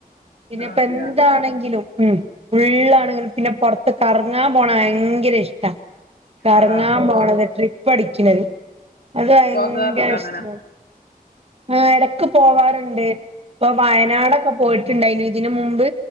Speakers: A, on the right; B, on the left.
A: <inaudible> പിന്നെ ഇപ്പന്തെണെങ്കിലും
B: അതെയ
A: ഉ ഫള്ളാണെങ്കിലും പിന്നെ പുറത്ത് കറങ്ങാൻ പോണ ഭയങ്കര ഇഷ്ട കറങ്ങാൻ
B: ആഹ് പോക
A: പോണത് ട്രിപ്പ് അടിക്കുന്നത് അത് ഭയങ്കര
B: പോകാറുണ്ട് അങ്ങനെ
A: ഇഷ്ടണ് ആഹ് എടക്ക് പോവാറുണ്ട് പ്പൊ വയനാടൊക്കെ പോയിട്ടുണ്ടായിന ഇതിന് മുമ്പ്